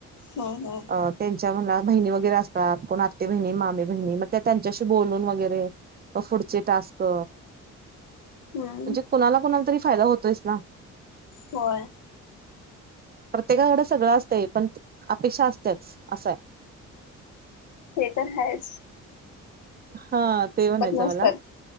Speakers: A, on the left; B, on the right.
A: हा हा
B: अ त्यांच्या म्हणा बहिणी वगैरे असत्यात, कोण आत्ते बहिणी मामी बहिणी, मग त्या त्यांच्याशी बोलून वगैरे मग पुढचे टास्क
A: हम्म
B: म्हणजे कुणाला कोणाला तरी फायदा होतोयच ना
A: होय
B: प्रत्येकाकडे सगळं असतंय, पण अपेक्षा असतेच, असंय
A: ते तर हायच,
B: हा ते म्हणायचं
A: नसतात
B: मला